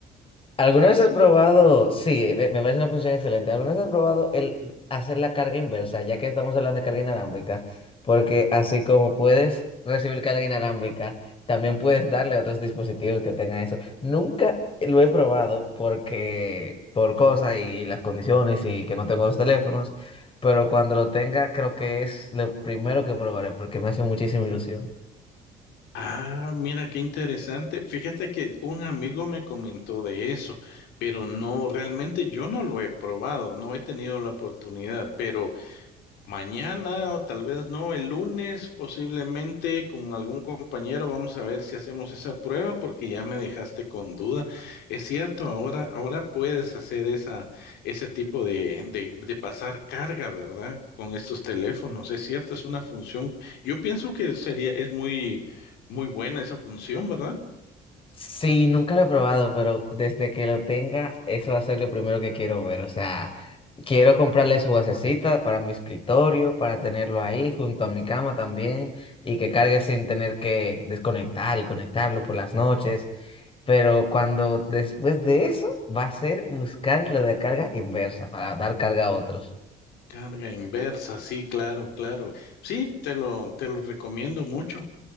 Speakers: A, on the left; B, on the left.
A: ¿Alguna vez has probado? Sí, me me parece una función excelente. ¿Alguna vez has probado el hacer la carga inversa, ya que estamos hablando de carga inalámbrica? Porque así como puedes recibir carga inalámbrica, también puedes darle a otros dispositivos que tengan eso. Nunca lo he probado porque por cosas y las condiciones y que no tengo dos teléfonos, pero cuando lo tenga creo que es lo primero que probaré porque me hace muchísima ilusión.
B: Ah, mira, qué interesante. Fíjate que un amigo me comentó de eso, pero no, realmente yo no lo he probado, no he tenido la oportunidad, pero... Mañana, o tal vez no, el lunes, posiblemente con algún compañero, vamos a ver si hacemos esa prueba, porque ya me dejaste con duda. Es cierto, ahora, ahora puedes hacer esa, ese tipo de, de, de pasar carga, ¿verdad? Con estos teléfonos. Es cierto, es una función. Yo pienso que sería, es muy, muy buena esa función, ¿verdad?
A: Sí, nunca lo he probado, pero desde que lo tenga, eso va a ser lo primero que quiero ver. O sea, quiero comprarle su basecita para mi escritorio, para tenerlo ahí junto a mi cama también y que cargue sin tener que desconectar y conectarlo por las noches. Pero cuando después de eso, va a ser buscar lo de carga inversa para dar carga a otros.
B: Carga inversa, sí, claro, claro. Sí, te lo, te lo recomiendo mucho.